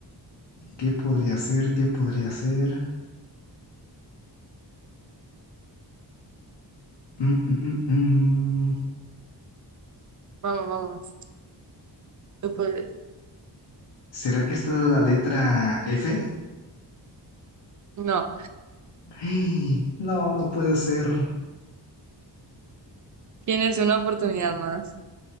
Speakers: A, on the left; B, on the right.
A: ¿qué podría ser? ¿Qué podría ser? Mm, mm, mm, mm.
B: Vamos, vamos. Tú puedes.
A: ¿Será que está la letra F?
B: No,
A: <gasps> Ay, No, no puede ser.
B: tienes una oportunidad más.